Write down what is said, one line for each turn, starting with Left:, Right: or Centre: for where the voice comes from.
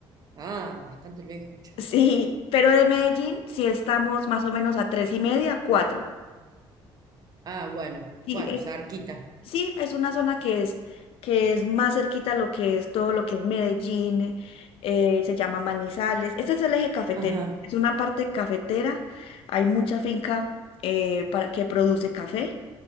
Right: Ah, bastante lejos, che.
Left: Sí, pero de Medellín sí estamos más o menos a tres y media, cuatro.
Right: Ah, bueno,
Left: Sí,
Right: bueno,
Left: es,
Right: cerquita.
Left: Sí, es una zona que es, que es más cerquita a lo que es todo lo que es Medellín, eh, se llama Manizales. Este es el eje cafetero,
Right: Ajá,
Left: es una parte cafetera, hay mucha finca eh, para, que produce café